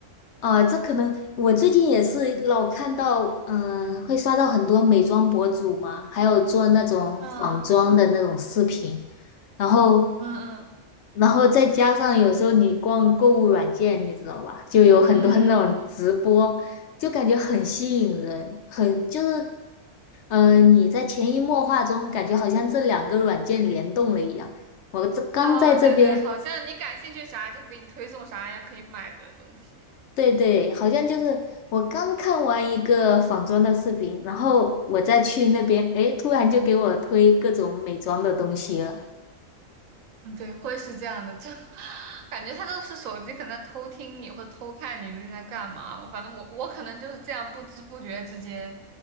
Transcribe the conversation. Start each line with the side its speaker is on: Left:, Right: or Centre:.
Left: 呃，这可能我最近也是老看到，嗯、会刷到很多美妆博主嘛，还有做那种仿妆的那种视频，
Right: 嗯
Left: 然后，
Right: 嗯嗯
Left: 然后再加上有时候你逛购物软件，你知道吧，就有很多
Right: 嗯
Left: <laughs> 那种直播，就感觉很吸引人，很就是，嗯，你在潜移默化中感觉好像这两个软件联动了一样。我这刚在这边
Right: 啊，对对，好像你感兴趣啥就会给你推送啥呀可以买的东西。
Left: 对对，好像就是我刚看完一个仿妆的视频，然后我再去那边，诶，突然就给我推各种美妆的东西了。
Right: 嗯，对，会是这样的，就 <laughs> 感觉他都是手机可能偷听你或者偷看你最近在干嘛吧。反正我我可能就是这样不知不觉之间